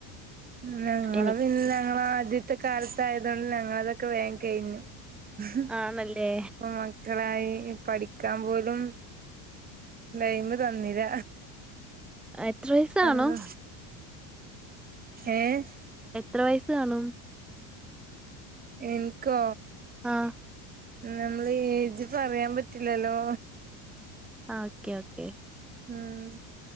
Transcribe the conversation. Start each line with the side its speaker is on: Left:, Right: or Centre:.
Right: ഉം ഞങ്ങള
Centre: ഇനി
Right: പിന്നെ ഞങ്ങള ആദ്യത്തെ കാലത്തായതുകൊണ്ട് ഞങ്ങളതൊക്കെ വേഗം കഴിഞ്ഞു. <unintelligible>
Centre: ആണല്ലേ
Right: മക്കളായി പഠിക്കാൻ പോലും ടൈം തന്നില്ല.
Centre: എത്ര വയസ്സ് കാണും
Right: അന്ന് ഏഹ്,
Centre: എത്ര വയസ്സ് കാണും?
Right: എൻക്കോ?
Centre: ആഹ്
Right: നമ്മൾ ഏജ് പറയാൻ പറ്റില്ലല്ലോ?
Centre: ആ ഓക്കെ ഓക്കെ
Right: ഉം